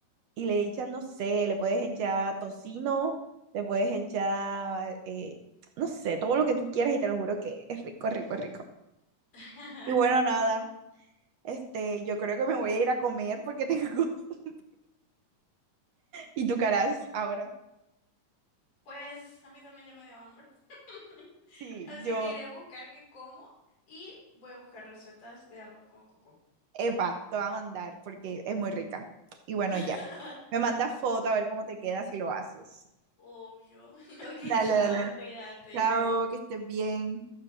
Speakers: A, on the right; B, on the left.
A: y le echas, no sé, le puedes echar tocino, le puedes echar, eh, no sé, todo lo que tú quieras y te lo juro que es rico, es rico, es rico.
B: <laughs>
A: Y bueno, nada, este, yo creo que me voy a ir a comer porque tengo <laughs> y tu caras ahora.
B: Pues a mí también ya me dio hambre. <laughs>
A: Sí,
B: Así
A: yo,
B: que iré a buscar qué como y voy a buscar recetas de arroz con coco.
A: epa, te voy a mandar porque es muy rica. Y bueno,
B: <laughs>
A: ya. Me mandas foto a ver cómo te queda si lo haces.
B: Obvio. <laughs> Ok,
A: Dale,
B: chao,
A: dale.
B: cuídate.
A: <laughs> Chao, que estés bien.